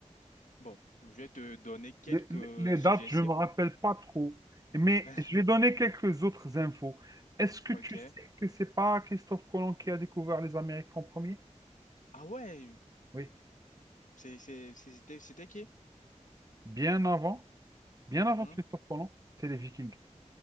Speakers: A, on the left; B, on the right.
A: Bon, je vais te donner quelques
B: Les, les-
A: suggestions.
B: dates, je ne me rappelle pas trop. Mais
A: <laughs>
B: je vais donner quelques autres infos. Est-ce que
A: Ok.
B: tu sais que c'est pas Christophe Colomb qui a découvert les Amériques en premier?
A: Ah ouais,
B: Oui.
A: c'est, c'est, c'est- c'était, c'était qui?
B: Bien avant, bien
A: Mhm.
B: avant Christophe Colomb, c'est les Vikings.